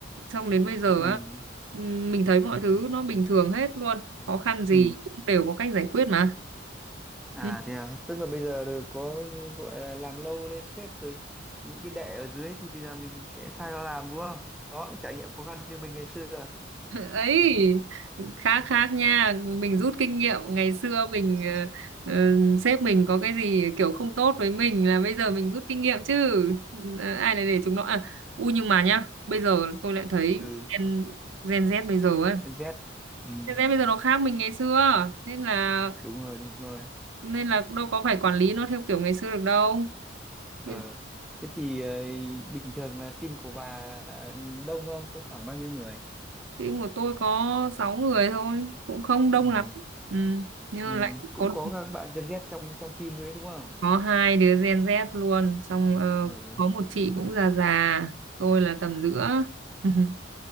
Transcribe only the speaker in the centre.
ừ
ừ
À
thế à, tức là bây giờ rồi có gọi là làm lâu lên sếp rồi những cái đệ ở dưới thì bây giờ mình sẽ sai nó làm đúng không? Đó cũng trải nghiệm khó khăn như mình ngày xưa.
Ừ,
con Z. Ừ,
đúng rồi, đúng rồi.
Ờ.
Thế thì ờ, bình thường là team của bà đông không? Có khoảng bao nhiêu người?
Ừ,
ừ.
Cũng
có các bạn Gen Z trong trong team đấy đúng không?
Ờ.